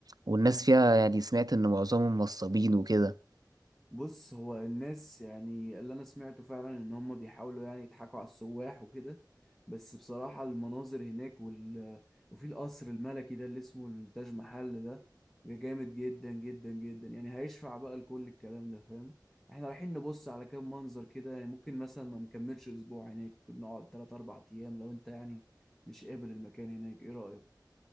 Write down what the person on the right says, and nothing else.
والناس فيها يعني سمعت إن معظمهم نصابين وكده